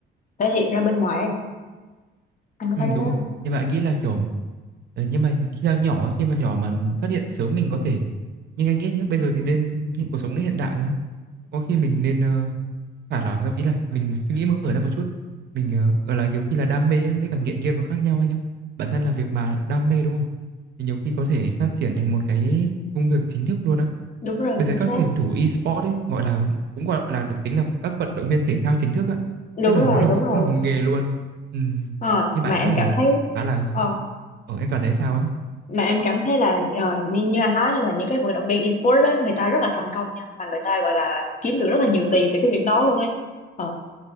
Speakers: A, on the left; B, on the right.
A: thể hiện ra bên ngoài ấy. Anh có
B: ừ,
A: thấy
B: đúng
A: thế
B: rồi
A: không?
B: nhưng mà anh nghĩ là kiểu Đấy, nhưng mà khi là nhỏ ấy, khi mà nhỏ mà phát hiện sớm mình có thể nhưng anh nghĩ nhé bây giờ thì nên hiện cuộc sống đến hiện đại có khi mình nên ờ, thả lỏng ra ý là mình suy nghĩ mở ra một chút mình ờ, gọi là nhiều khi là đam mê á, với cả nghiện game nó khác nhau anh em bản thân là việc mà đam mê đúng không thì nhiều khi có thể phát triển thành một cái công việc chính thức luôn á
A: Đúng rồi,
B: bây
A: chính
B: giờ các
A: xác.
B: tuyển thủ e-sport ấy gọi là cũng gọi là được tính là các vận động viên thể thao chính thức á
A: Đúng
B: tức là
A: rồi,
B: nó là
A: đúng
B: một cũng
A: rồi.
B: là một nghề luôn ừ.
A: Ờ,
B: nhưng
A: mà
B: mà anh
A: em
B: nghĩ là
A: cảm thấy
B: khá là
A: ờ,
B: ờ, em cảm thấy sao á
A: mà em cảm thấy là ờ, như, như anh nói là những cái vận động viên esports đó người ta rất là thành công nha mà người ta gọi là kiếm được rất là nhiều tiền từ cái việc đó luôn ấy ờ,